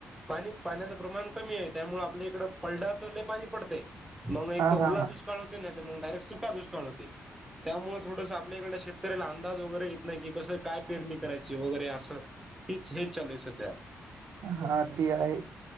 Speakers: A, in the centre; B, on the right.
A: पाणी पाण्याचं प्रमाण कमी आहे. त्यामुळे आपल्या इकड पडला तर लई पाणी पडतय. मग एक
B: हा
A: तर ओला
B: हा हा
A: दुष्काळ होतय नाही तर मग डायरेक्ट सुका दुष्काळ होते. त्यामुळे थोडंसं आपल्याकड शेत शेतकऱ्याला अंदाज वगैरे येत नाही की कसं काय पेरणी करायची. वगैरे असं हीच हेच चालू आहे सध्या.
B: हा ती हाय.